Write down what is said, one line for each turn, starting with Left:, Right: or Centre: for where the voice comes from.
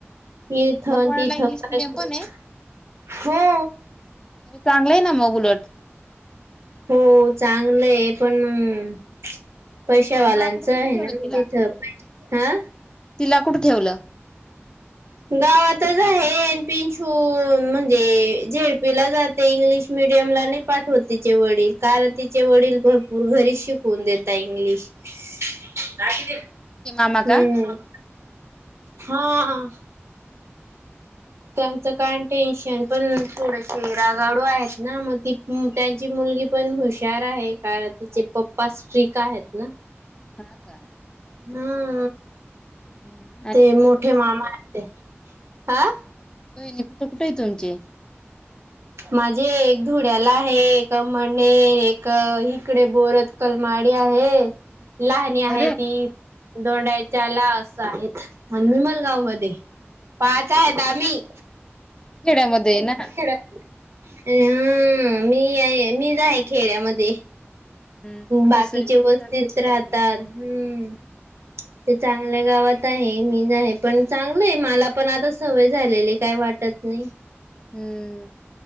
Right: इथ
Left: मकवाडला
Right: तिथं
Left: इंग्लिश मिडियम पण आहे
Right: <unintelligible> हो.
Left: अरे चांगलंय ना मग उलट.
Right: हो चांगलंय पण मग पैशावालांचं
Left: मग आता कुठे
Right: आहे
Left: ठेवलं
Right: ना
Left: तिला
Right: तिथं, प हं?
Left: तिला कुडं ठेवलं? <inaudible>
Right: गावातच आहे एनपींशू, म्हणजे झेडपीला जाते, इंग्लिश मिडियम ला नही. पाठवत तिचे वडील, कारण तिचे वडील भरपूर घरीच शिकवून देता इंग्लिश. काय किती?
Left: ते मामा
Right: हम्म,
Left: का
Right: हां आ.
Left: <inaudible>
Right: त्यांचं कायं टेन्शन पण थोडसे रागाडू आहेत ना, मग त मं त्यांची मुलगी पण हुशार आहे, कारण तिचे पप्पा स्ट्रीक आहेत ना.
Left: हा का?
Right: हम्म.
Left: हम्म <inaudible>
Right: ते मोठे मामा आहेत ते, आं?
Left: बहिणी कुठं कुठं ये तुमचे?
Right: माझे एक धुळ्याला आहे, एक मने एक इकडे बरत कलमाडी आहे. लाहणी आहे
Left: अरे
Right: ती, दोंडायच्या ला असं आहेत. आणि वीमलगाव मध्ये, पाच आहेत आम्ही.
Left: खेड्यामध्ये ये ना?
Right: हो हा मी आहे मी जा आहे खेड्यामध्ये
Left: हम्म
Right: बाकीचे
Left: दुसरे चांगल्या
Right: वस्तीच
Left: ठिकाणी
Right: राहतात.
Left: ना
Right: हम्म ते चांगल्या गावात आहे मी आहे पण चांगलं आहे मला पण आता सवय झालेली काय वाटत नाही.
Left: हम्म